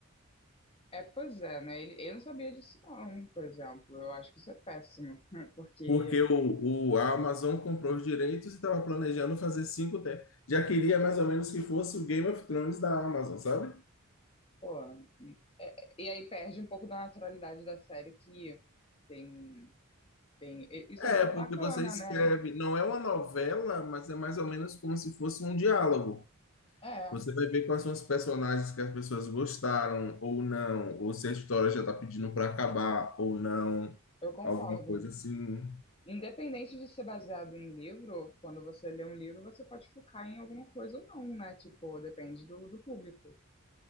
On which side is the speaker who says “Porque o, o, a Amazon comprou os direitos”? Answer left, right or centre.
Left